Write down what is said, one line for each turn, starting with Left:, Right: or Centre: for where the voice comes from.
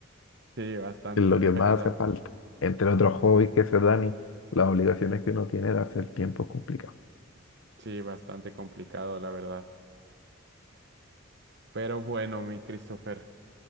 Right: Sí, bastante,
Left: <laughs> Es lo
Right: <laughs> la
Left: que más
Right: verdad.
Left: hace falta. Entre otros hobbies que se dan y las obligaciones que uno tiene, darse el tiempo es complicado.
Right: Sí, bastante complicado, la verdad. Pero bueno, mi Christopher,